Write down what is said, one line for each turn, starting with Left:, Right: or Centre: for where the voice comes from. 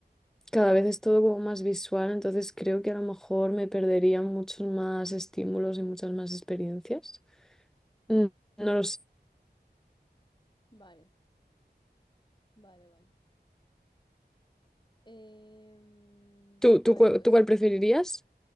Centre: cada vez es todo como más visual, entonces creo que a lo mejor me perdería muchos más estímulos y muchas más experiencias. Mm, No lo sé.
Left: Vale, vale, vale. Em,
Centre: ¿Tú,
Left: vale,
Centre: tú, cuál-
Left: pues...
Centre: tú cuál preferirías?